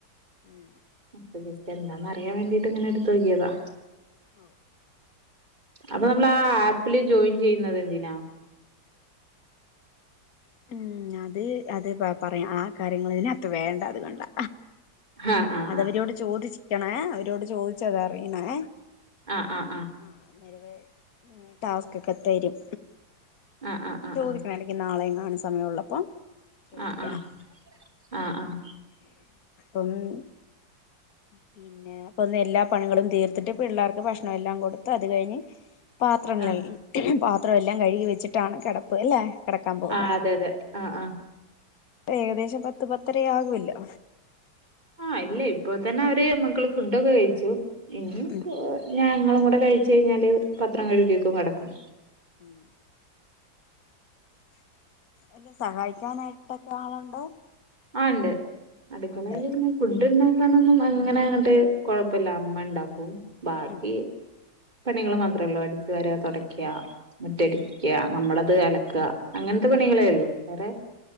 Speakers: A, on the left; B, on the right.
A: ഉം
B: അപ്പൊ ജസ്റ്റ് എന്താന്ന് അറിയാൻ വേണ്ടീട്ട് അങ്ങനെ എടുത്ത്കിയതാ
A: ഓ
B: അപ്പൊ നമ്മൾ ആ ആപ്പില് ജോയിൻ ചെയ്യുന്നത് എന്തിനാ
A: ഉ അത് അത് പറയാം ആ കാര്യങ്ങതിനകത്ത് വേണ്ട അത കൊണ്ടാ?
B: ആഹ് ആഹ്
A: അതവരോട് ചോദിച്ചിക്കണ അവരോട് ചോദിച്ച അതറിയണേ?
B: ആ് ആ ആഹ്
A: ആന്നരവ ടാസ്ക്ക്കെ എ തരും
B: ആഹ് ആഹ്
A: ഉ
B: ആഹ്
A: ചോദിക്കണ
B: ആഹ്
A: നാളെയും കാണുന്ന സമയം ഉള്ളപ്പോ ചോദിക്കണം
B: ആഹ് ആഹ് ആഹ് ആഹ് ആഹ്
A: ഉ <inaudible> പിന്നെ അപ്പൊ ഒന്ന് എല്ലാ പണികളും തീർത്തിട്ട് പിള്ളേർക്ക് ഭക്ഷണം എല്ലാം കൊടുത്ത് അത് കഴിഞ്ഞ് പാത്രങ്ങള
B: ആഹ്
A: പാത്രം എല്ലാം കഴുകി വെച്ചിട്ടാണ് കെടപ്പ് അല്ലെ? കെടക്കാൻ പോകുന്നേ
B: ആഹ് അതെ അതെ ആഹ് ആഹ്
A: ഏകദേശം പത്ത് പത്തര ആകല്ലോ?
B: ആഹ് ഇല്ല ഇപ്പ തന്നെ അവര് മക്കള് ഫുഡൊക്കെ കഴിച്ചു ഇനി
A: ഉം ഉം
B: ഞങ്ങളും കൂടെ കഴിച്ച കഴിഞ്ഞാല് പത്രം കഴുകക്കും കെടക്കും
A: ഉം എല്ല സഹായിക്കാനായിട്ടൊക്കെ ആളുണ്ടോ?
B: ആ ഉണ്ട് അടുക്കളൽ
A: ഉണ്ട്
B: ഇങ്ങെ ഫുഡ് ഉണ്ടാക്കാനൊന്നും അങ്ങനെ അങ്ങട്ട് കൊഴപ്പല്ല ഇമ്മ ണ്ടാക്കും ബാക്കി
A: ഉം
B: പണികൾ മാത്ര ഒള്ളുലഅടിച്ചു വരാ തെടക്ക മുറ്റടിക്ക നമ്മളത് അലക്കുക അങ്ങനത്തെ പണികളേ ഉള്ളു വേറെ